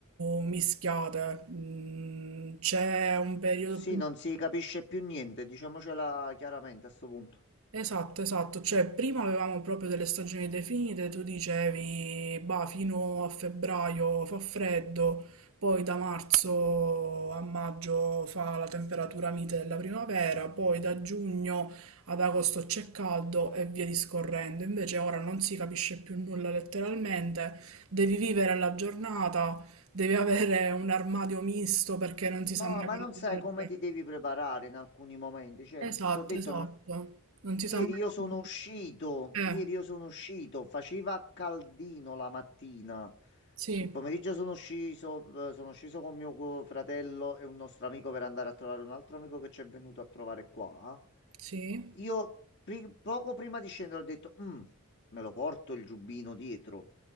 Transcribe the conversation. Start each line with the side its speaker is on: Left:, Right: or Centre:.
Right: mischiate. Mm, C'è un periodo
Left: Sì,
Right: più...
Left: non si capisce più niente, diciamocela chiaramente a sto punto.
Right: Esatto, esatto, cioè prima avevamo proprio delle stagioni definite, tu dicevi, bah, fino a febbraio fa freddo, poi da marzo a maggio fa la temperatura mite della primavera, poi da giugno ad agosto c'è caldo e via discorrendo. Invece ora non si capisce più nulla letteralmente, devi vivere la giornata, devi avere un armadio misto perché non
Left: No,
Right: si sa mai
Left: ma
Right: quando
Left: non
Right: ti
Left: sai
Right: serve.
Left: come ti devi preparare in alcuni momenti. Cioè,
Right: Esatto,
Left: ti ho detto,
Right: esatto.
Left: m-
Right: Non si
Left: ieri
Right: sa mai
Left: io
Right: quando-
Left: sono uscito,
Right: Eh,
Left: ieri io sono uscito, faceva caldino la mattina.
Right: sì,
Left: Il pomeriggio sono sceso, eh, sono sceso con mio cu- fratello e un nostro amico per andare a trovare un altro amico che ci è venuto a trovare qua.
Right: sì.
Left: Io pri- poco prima di scendere ho detto, "Mm, me lo porto il giubbino dietro.